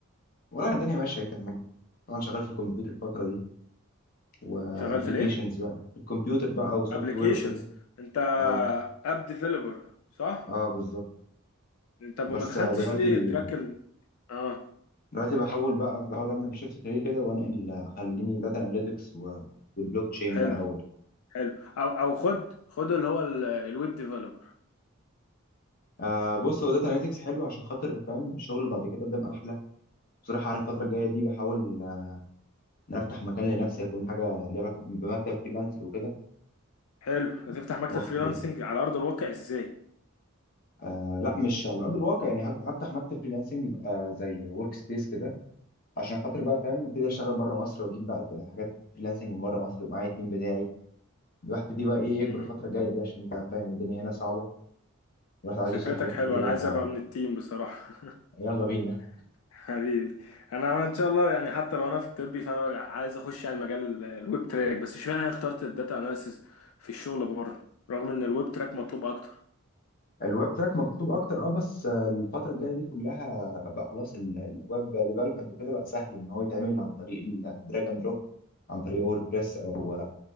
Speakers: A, on the left (about 45°); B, on the left (about 75°).
A: والله الدنيا ماشيه اهي تمام طبعا شغال في الكمبيوتر الفتره دي وابلكيشنز
B: شغال في الايه؟
A: بقى في الكمبيوتر بقى وسوفت
B: ابلكيشنز
A: وير وكده
B: انت
A: اه
B: اب ديفلوبر صح
A: اه بالظبط
B: انت أبو
A: بس
B: ما دخلتش
A: دلوقتي
B: ليه تراك ال... اه
A: دلوقتي بحاول بقى بحاول اعمل شيفت كارير كده وانقل خليني داتا اناليتكس والبلوك تشين
B: حلو
A: بقى وال...
B: حلو او او خد خد اللي هو ال- الويب ديفلوبر
A: آه بص هو داتا اناليتكس حلو عشان خاطر فاهم الشغل بعد كده قدام احلى بصراحه أنا الفتره الجايه دي بحاول ان انا افتح مكان لنفسي يكون حاجه ليها علاقه بمكتب فريلانسر وكده
B: حلو هتفتح مكتب
A: واخد
B: فريلانسنج على ارض الواقع ازاي
A: آه لا مش على ارض الواقع يعني هفت- هفتح مكتب فريلانسنج يبقى زي ورك سبيس كده عشان خاطر بقى فاهم ابتدي اشتغل بره مصر واجيب بقى حاجات فريلانسنج من بره مصر ومعايا التيم بتاعي الواحد بيبتدي بقى ايه يكبر
B: امم
A: الفتره الجايه دي عشان انت فاهم الدنيا هنا صعبه والواحد عايز
B: فكرتك
A: يوصل لحاجات
B: حلوه
A: كتيره
B: انا
A: بقى
B: عايز ابقى من التيم بصراحه
A: يلا بينا
B: <laughs> حبيبي انا ان شاء الله يعني حتى لو انا في الطبي فانا عايز اخش يعني مجال ال- الويب تراك بس اشمعنى انا اخترت الداتا اناليسيز في الشغل بره رغم ان الويب تراك مطلوب اكتر
A: الويب تراك مكتوب اكتر اه بس آه، الفتره الجايه دي كلها بقى خلاص ال- الويب ديفلوبمنت وكده بقى سهل ان هو يتعمل عن طريق الدراج اند دروب عن طريق ووردبريس او